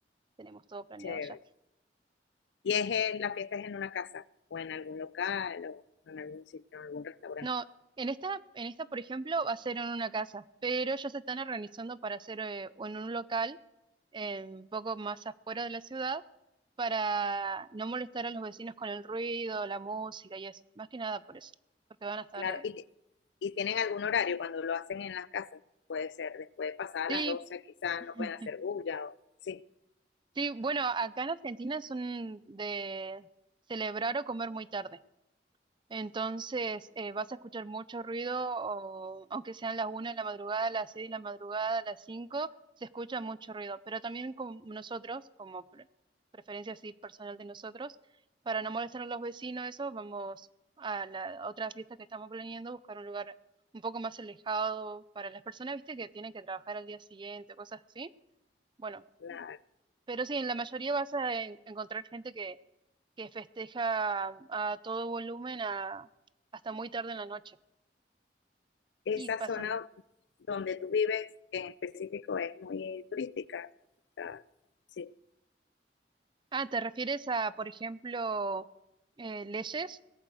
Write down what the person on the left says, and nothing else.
Chévere.
¿Y es en, la fiesta es en una casa o en algún local o en algún sitio, en algún restaurante?
Claro,
y, y tienen algún horario cuando lo hacen en las casas. Puede ser después de pasadas
las 12 quizás
no pueden hacer bulla o sí.
La,
esa
zona donde tú vives en específico es muy turística. Ah, sí.